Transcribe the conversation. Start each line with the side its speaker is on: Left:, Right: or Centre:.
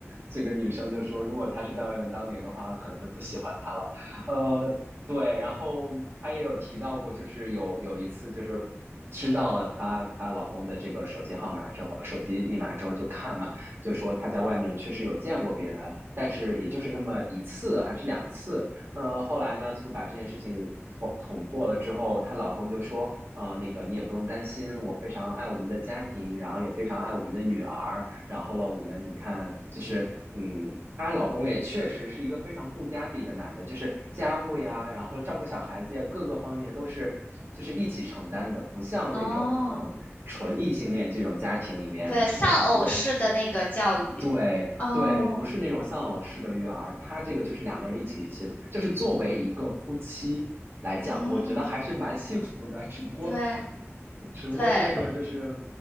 Right: 这个女生就说，如果他是在外面当零的话，可能就不喜欢他了。呃，对，然后她也有提到过，就是有有一次，就是知道了她她老公的这个手机号码之后，手机密码之后就看嘛，就说她在外面确实有见过别人，但是也就是那么一次还是两次。呃，后来呢，就就把这件事情捅捅破了之后，她老公就说，呃，那个你也不用担心，我非常爱我们的家庭，然后也非常爱我们的女儿，然后了，我们你看，就是嗯，她老公也确实是一个非常顾家的一个男的，就是家务呀，然后照顾小孩子呀，各个方面都是就是一起承担的，不像那种可能纯异性恋这种家庭里面这种比较
Left: 哦对，丧偶式的那个教育。
Right: 对对，
Left: 哦，
Right: 不是那种丧偶式的育儿，他这个就是两个人一起协作，就是作为一个夫妻来讲，
Left: 嗯，
Right: 我觉得还是蛮幸福的，只不过
Left: 对
Right: <laughs> 只不过这个就是
Left: 对。